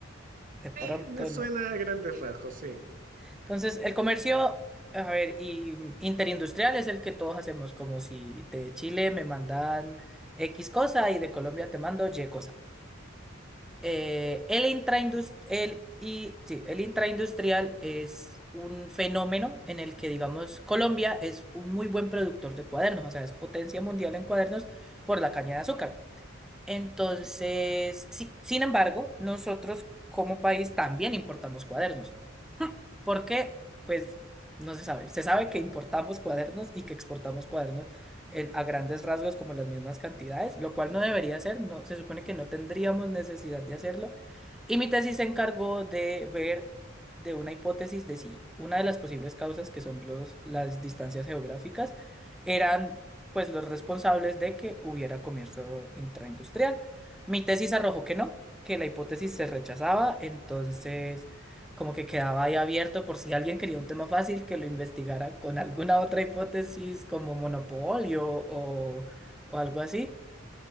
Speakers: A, in the centre; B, on the right.
A: de pronto
B: Sí, me
A: no.
B: suena a grandes rasgos, sí.
A: Entonces, el comercio, a ver, y interindustrial es el que todos hacemos, como si de Chile me mandan X cosa y de Colombia te mando Y cosa. Eh, el intraindus- el, y, sí, el intraindustrial es un fenómeno en el que, digamos, Colombia es un muy buen productor de cuadernos, o sea, es potencia mundial en cuadernos por la caña de azúcar. Entonces, sí, sin embargo, nosotros como país también importamos cuadernos. Porque, pues, no se sabe. Se sabe que importamos cuadernos y que exportamos cuadernos en- a grandes rasgos como las mismas cantidades, lo cual no debería ser. No, se supone que no tendríamos necesidad de hacerlo y mi tesis se encargó de ver de una hipótesis de si una de las posibles causas, que son los, las distancias geográficas, eran pues los responsables de que hubiera comercio intraindustrial. Mi tesis arrojó que no, que la hipótesis se rechazaba, entonces como que quedaba ahí abierto por si alguien quería un tema fácil que lo investigara con alguna otra hipótesis como monopolio o, o algo así